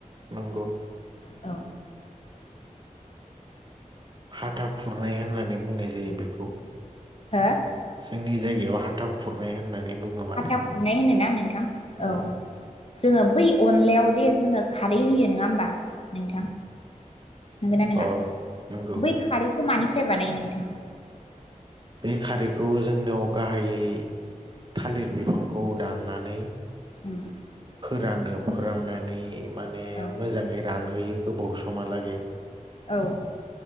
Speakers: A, on the right (about 35°); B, on the left (about 45°).
A: नंगौ
B: औ
A: हाथा खुरनाय होननानै बुंनाय जायो बेखौ
B: हो
A: जोंनि जायगायाव हाथा खुरनाय होननानै बुङो माने
B: हाथा खुरनाय होनोना नोंथां
A: उम
B: औ जोङो बै अनलायाव दे जोङो खारै होयो नोङा होमबा नोंथां नंगो ना नङा
A: अ नंगौ
B: बै खारैखौ मानि था फ्राय बानायो नोंथां
A: बे खारैखौ जोंनियाव गाहायै थालिर बिफांखौ दाननानै
B: <unintelligible>
A: रानो फोराननानै माने
B: औ
A: मोजाङै रान होयो गोबाव समा लागे
B: औ